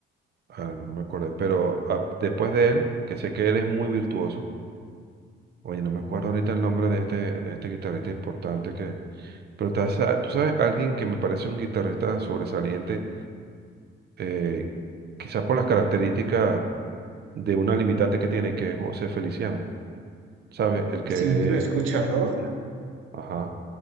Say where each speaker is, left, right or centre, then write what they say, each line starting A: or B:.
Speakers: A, on the right; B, on the right.
A: ah, no me acuerdo, pero ah, después de él, que sé que él es muy virtuoso, Oye, no me acuerdo ahorita el nombre de este, este guitarrista importante que... Pero ta- sa- tú sabes, alguien que me parece un guitarrista sobresaliente, eh, quizás por las características de una limitante que tiene, que es José Feliciano, ¿sabes? El que...
B: Sí, lo he escuchado.
A: Bien. Ajá.